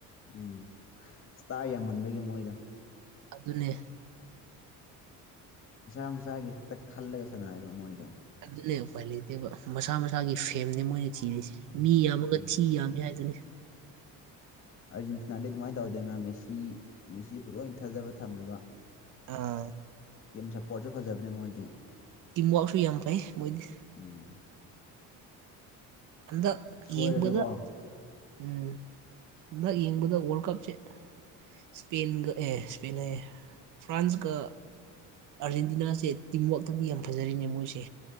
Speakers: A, on the left; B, on the right.
A: ꯎꯝ ꯏꯁꯇꯥꯔ ꯌꯥꯝꯃꯟꯕꯒꯤ ꯃꯣꯏꯗꯣ
B: ꯑꯗꯨꯅꯦ
A: ꯃꯁꯥ ꯃꯁꯥꯒꯤ ꯈꯛꯇ ꯈꯜꯂꯒ ꯁꯥꯟꯅꯔꯦꯕ ꯃꯣꯏꯗꯣ
B: ꯑꯗꯨꯅꯦ ꯎꯄꯥꯏ ꯂꯩꯇꯦꯕ ꯃꯁꯥ ꯃꯁꯥꯒꯤ ꯐꯦꯝꯅꯦ ꯃꯣꯏꯅ ꯊꯤꯔꯤꯁꯦ
A: ꯎꯝ
B: ꯃꯤ ꯌꯥꯝꯃꯒ
A: ꯎꯝ
B: ꯊꯤ ꯌꯥꯝꯃꯤ ꯍꯥꯏꯗꯨꯅꯤ
A: ꯑꯥꯔꯖꯦꯟꯇꯤꯅꯥꯗꯤ ꯑꯗꯨꯃꯥꯏꯅ ꯇꯧꯗꯦꯅ ꯃꯦꯁꯤ ꯃꯦꯁꯤꯕꯨ ꯂꯣꯏ ꯊꯥꯖꯕ ꯊꯝꯃꯦꯕ
B: ꯑꯥ
A: ꯇꯤꯝ ꯁꯞꯄꯣꯔꯠꯁꯨ ꯐꯖꯕꯅꯦ ꯃꯣꯏꯗꯤ
B: ꯇꯤꯝꯋꯥꯛꯁꯨ ꯌꯥꯝ ꯐꯩ ꯃꯣꯏꯗꯤ
A: ꯎꯝ
B: ꯍꯟꯗꯛ
A: ꯁꯣꯏꯔꯁꯨꯀꯣ
B: ꯌꯦꯡꯕꯗ ꯎꯝ ꯍꯟꯗꯛ ꯌꯦꯡꯕꯗ ꯋꯥꯔꯜ ꯀꯞꯁꯦ ꯁꯄꯦꯟꯒ ꯑꯦ ꯁꯄꯦꯟ ꯍꯥꯏꯌꯦ ꯐ꯭ꯔꯥꯟꯁꯀꯥ ꯑꯥꯔꯖꯦꯟꯇꯤꯅꯥꯁꯦ ꯇꯤꯝꯋꯥꯛꯛꯇꯗꯤ ꯌꯥꯝ ꯐꯖꯔꯤꯅꯦ ꯃꯣꯏꯁꯦ